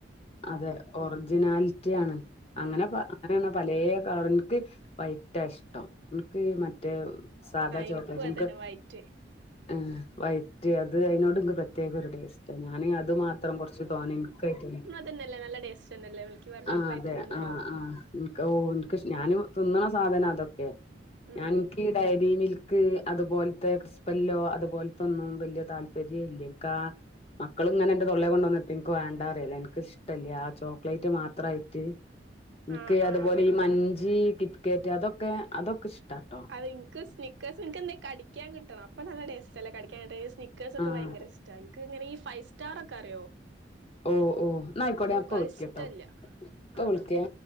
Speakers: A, on the left; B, on the right.
A: അതെ ഒറിജിനാലിറ്റി ആണ്
B: ആ
A: അങ്ങനെ പ റിണ പലേ കളറും ഇൻക്ക് വൈറ്റാ ഇഷ്ടം ഇൻക്ക് മറ്റേ സാധാ ചോക്ലേറ്റ്
B: എനിക്കും
A: ഇൻക്ക
B: അതന്നെ
A: ഹ്
B: വൈറ്റ്
A: ആ വൈറ്റ് അത് അയിനോട് ൻക്ക് പ്രത്യേക ഒരു ടേസ് റ്റാ ഞാന് അത് മാത്രം കൊറ്ച്ച് തോനെ ഇൻക്കായിറ്റന്നെ
B: ന്നല്ല നല്ല ടേസ്റ്റ്ന്നല്ലേ ബാർ ചോക്ലേറ്റ്
A: ആഹ് അതെ
B: തിന്ന്ണോ
A: ആഹ് ആഹ് നിക്ക് ഓ ഇൻക്ക് ഞന് തിന്ന്ണ സാധനം അതൊക്കെ
B: ഉം
A: ഞാൻ ഇൻക്ക്ഈ ഡയരി മിൽ ക്ക് അതുപോലത്തെ ക്രിസ്പല്ലോ അതുപോലത്തൊന്നും വല്ല്യ താല്പരേ ഇല്ല ഇൻക്ക് ആ മക്കള് ഇങ്ങനെ ഇന്റെ തൊള്ളെ കൊണ്ട് വന്ന് ർത്ത ഇൻക്ക് വേണ്ട അറിയലാ ഞാൻ ക്ക് ഇഷ്ടല്ല ആ ചോക്ലേറ്റ് മാത്രായിട്ട് ഇൻക്ക്
B: ആഹ്
A: അതുപോലെ
B: ആഹ്
A: ഈ മഞ്ച് കിറ്റ്ക്കേറ്റ് അതൊക്കെ അതൊക്കെ ഇഷ്ടാട്ടോ
B: അത് ഇൻക്ക് സ്നിക്കേസ് ഇൻക്ക് എന്തേ കടിക്കാൻ കിട ണ്ണം അപ്പൊ നല്ല ടേസ്റ്റ ല്ലേ കടിക്കാൻ ടേസ് നി ക്കേസ് ഒക്കെ
A: ആഹ്
B: ഭയങ്കര ഇഷ്ട ഇൻക്ക് ഇങ്ങന ഈ ഫൈ ഫ് സ്റ്റാർ ഒക്കെ അറിയോ
A: ഓ ഓ ഇന്നായിക്കോട്ടെ ഞാ
B: ഓക്ക്
A: ഇപ്പൊ
B: അത്
A: വിളിക്കട്ടോ
B: ഇഷ്ടല്ല
A: ഇപ്പൊ
B: ആഹ്
A: വിളിക്കേ
B: ആഹ്